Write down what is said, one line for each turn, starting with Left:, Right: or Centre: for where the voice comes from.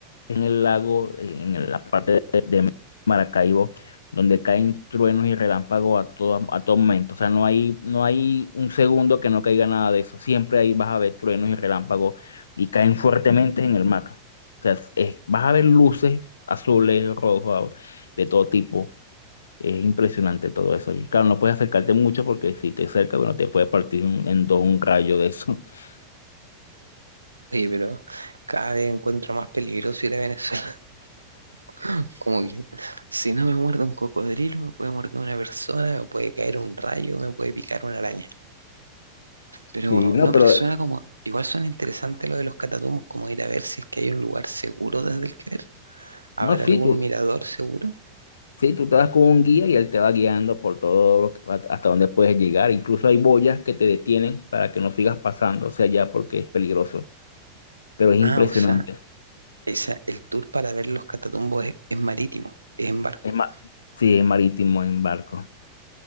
Left: en el lago, eh, en la parte de, de Maracaibo, donde caen truenos y relámpagos a todo, a todo momento. O sea, no hay, no hay un segundo que no caiga nada de eso. Siempre ahí vas a ver truenos y relámpagos y caen fuertemente en el mar. O sea, es- es- vas a ver luces azules, rojos, de todo tipo. Es impresionante todo eso allí. Claro, no puedes acercarte mucho porque si te acercas, bueno, te puede partir en, en dos un rayo de eso. <laughs>
Right: Oye, pero cada vez encuentro más peligroso ir a Venezuela. <laughs> Como que si no me muerde un cocodrilo, me puede morder una persona, me puede caer un rayo, me puede picar una araña. Pero
Left: Sí, no,
Right: no,
Left: pero
Right: pero suena
Left: <laughs>
Right: como, igual suena interesante lo de los catatumbos, como ir a ver si es que hay un lugar seguro desde el que ver. ¿Habrá
Left: no, sí,
Right: algún
Left: tú.
Right: mirador seguro?
Left: Sí, tú te vas con un guía y él te va guiando por todo lo que- hasta donde puedes llegar. Incluso hay boyas que te detienen para que no sigas pasando hacia allá porque es peligroso. Pero es impresionante.
Right: Ah, o sea, esa, el tour para ver los catatumbos es, es marítimo, es en barco.
Left: Es ma- sí, es marítimo en barco.